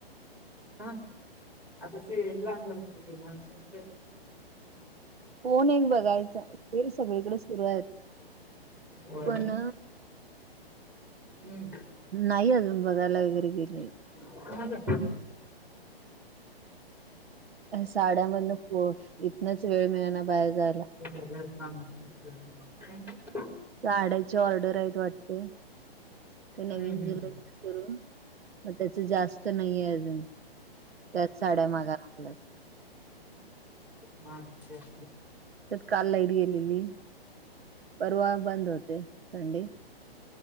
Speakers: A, in the centre; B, on the right.
A: हा आता स ए क् <unintelligible>
B: फोन एक बघायचा. ते सगळीकडे सुरू आहेत.
A: होय
B: पण
A: हम्म.
B: नाही अजून, बघायला वगैरे गेले,
A: अ <inaudible>
B: साड्यामधन. इतनच वेळ मिळना बाहेर जायला.
A: ब <inaudible>
B: साड्याची ऑर्डर आहेत वाटत. ते नवीन
A: हम्म हम्म
B: झुलच करून. पण त्याच जास्त नाहीये अजून. त्याच साड्या मागा लागल्यात.
A: ह जास् <inaudible>
B: त्यात काल लाईट गेलेली. परवा बंद होते. संडे.